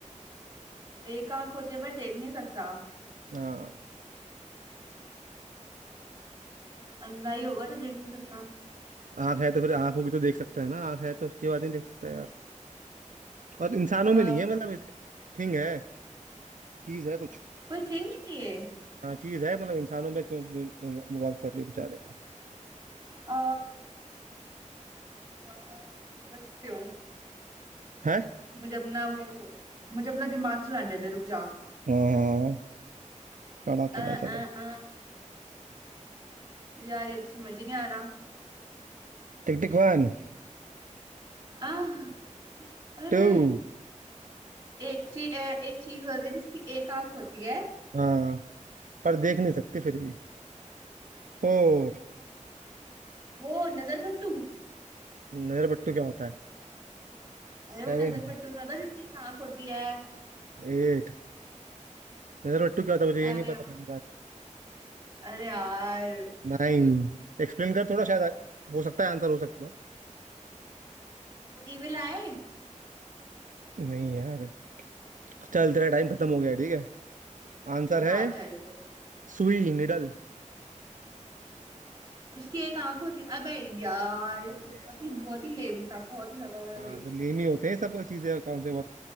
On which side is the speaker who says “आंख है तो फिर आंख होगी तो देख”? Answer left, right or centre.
Right